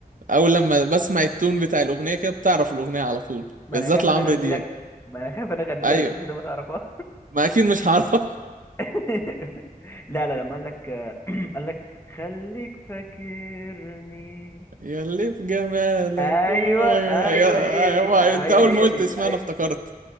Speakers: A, on the right (about 60°); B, on the left (about 15°).
A: اول لما بسمع التون بتاع الاغنية كده بتعرف الاغنية على طول
B: ما
A: بالذات
B: انا خايف
A: لعمرو
B: انا اغني
A: دياب
B: لك ما انا خايف انا اغني
A: ايوه
B: لك بصوتي ده ما تعرفهاش
A: ما اكيد مش هعرف
B: <laughs> لا لا لما قال لك <clears throat> قال لك خليك فاكرني
A: يا اللي في جمالك
B: ايوه
A: ايوه
B: ايوه
A: ايوه
B: هي دي ايوه
A: ايوه انت اول
B: هي
A: ما قلت
B: دي
A: اسمها
B: أي-
A: انا افتكرت